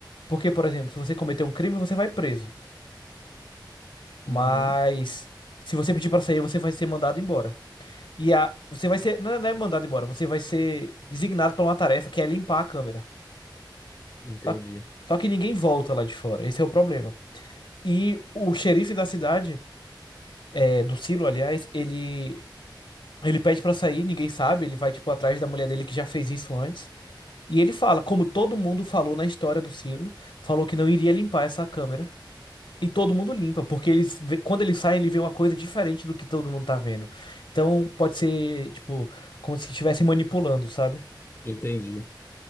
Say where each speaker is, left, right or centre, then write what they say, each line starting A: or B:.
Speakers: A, on the left; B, on the left.
A: Porque, por exemplo, se você cometer um crime, você vai preso. Mas
B: uhum.
A: se você pedir pra sair, você vai ser mandado embora. E a você vai ser não é não é mandado embora, você vai ser designado para uma tarefa que é limpar a câmera.
B: Entendi,
A: Só só que ninguém volta lá de fora. Esse é o problema. E o xerife da cidade, é, do Silo, aliás, ele ele pede pra sair, ninguém sabe, ele vai tipo atrás da mulher dele que já fez isso antes. E ele fala, como todo mundo falou na história do Silo, falou que não iria limpar essa câmera. E todo mundo limpa, porque eles, vê- quando eles saem, ele vê uma coisa diferente do que todo mundo tá vendo. Então, pode ser, tipo, como se estivesse manipulando, sabe?
B: entendi.